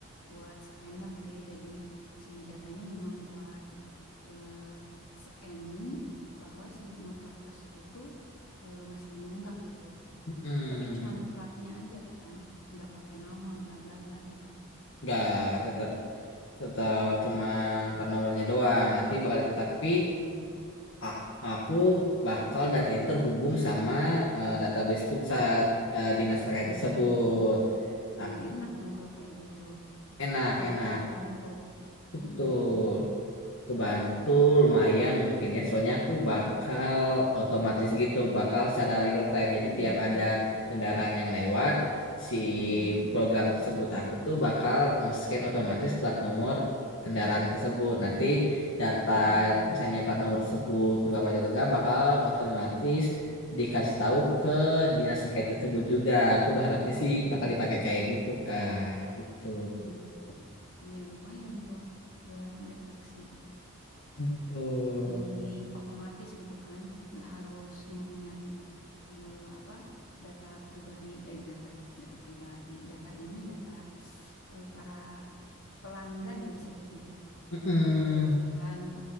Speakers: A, on the left; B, on the left.
A: buat scammer gitu ya jadi si datanya memang buat eh, scanning bahwa si motor tersebut tuh eh, masih nunggak gitu
B: Mm-mm.
A: tapi cuman platnya aja kan nggak pakai nama bla bla bla gitu
B: nggak tetap tetap cuman plat nomornya doang nanti bakal tapi
A: Hmm,
B: a- aku bakal datanya terhubung sama eh, database pusat eh, dinas terkait
A: mm-mm.
B: tersebut
A: Hmm,
B: aku
A: enak dong kalau kayak gitu.
B: enak
A: Mereka
B: enak
A: kebantu.
B: betul
A: Mm-mm.
B: kebantu lumayan mungkin ya soalnya aku bakal otomatis gitu bakal secara real time jadi
A: Mm-mm.
B: tiap ada kendaraan yang lewat si
A: Mm-mm.
B: program tersebut aku tuh bakal nge-scan otomatis plat nomor kendaraan tersebut nanti data
A: Mm-mm.
B: misalnya plat nomor tersebut nunggak pajak atau enggak bakal otomatis dikasih tahu ke dinas terkait tersebut juga aku berharapnya sih
A: Mm-mm.
B: bakal dipakai kayak gitu kak gitu
A: Mm-mm. Iya lumayan tuh buat ngedeteksi.
B: gitu
A: Jadi otomatis gitu kan, nggak harus nyari-nyari eh, apa data pribadi, eh data, data pribadi, data ini data eh, para pelanggan ya disebutnya tuh,
B: Mm-mm.
A: data pelanggan